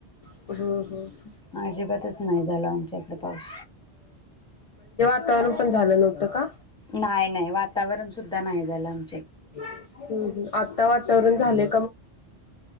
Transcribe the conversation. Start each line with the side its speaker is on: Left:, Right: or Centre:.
Left: ह ह
Centre: अजिबातच नाही झाला आमच्या इकडे पाऊस
Left: चालू पण झालं नव्हतं का?
Centre: नाही-नाही वातावरण सुद्धा नाही गलम
Left: हम्म हम्म आता वातावरण झालय.